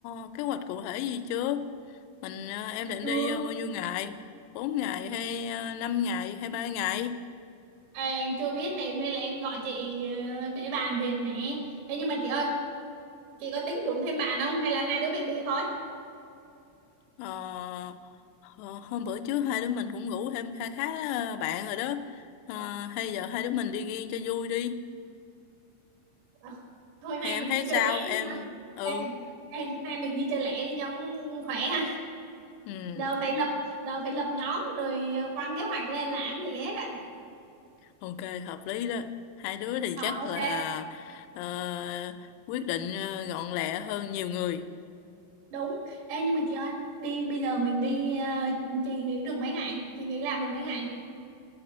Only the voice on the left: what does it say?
ờ, kế hoạch cụ thể gì chưa? Mình ờ, em định
đi ờ, bao nhiêu ngày? bốn ngày hay uh, 5 ngày hay ba ngày?
Ờ, ờ, hôm bữa trước hai đứa mình cũng ngủ thêm kha khá ờ, bạn rồi đó. Ờ, hay giờ hai đứa mình đi riêng cho vui đi.
Hay
em
thấy
sao?
Em
ừ
ừ
Ok, hợp lý đó. Hai đứa thì
chắc
là ờ, quyết định ờ, gọn lẹ hơn nhiều người.